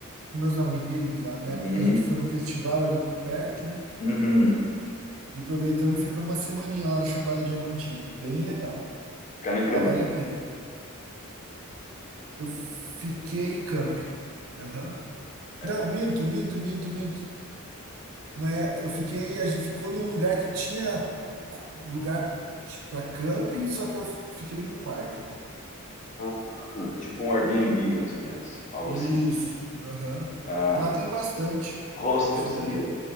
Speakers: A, on the right; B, on the left.
A: com meus amigos lá. Na
B: Uhum.
A: época a gente foi num festival ali perto, né?
B: Uhum.
A: E aproveitamos e ficamos uma semaninha lá na Chapada Diamantina. Bem legal.
B: Ficaram em camping.
A: Lá vale a pena. Eu fiquei em camping. Aham.
B: É.
A: Não, minto, minto, minto, minto. né? Eu fiquei, a gente ficou num lugar que tinha co- lugar para camping, só que eu fiquei num quarto, né?
B: Ah, tipo um Airbnb, mais ou menos. Algo
A: Isso,
B: assim.
A: aham.
B: Ah,
A: Lá tem bastante
B: hostel
A: disso
B: seria.
A: daí.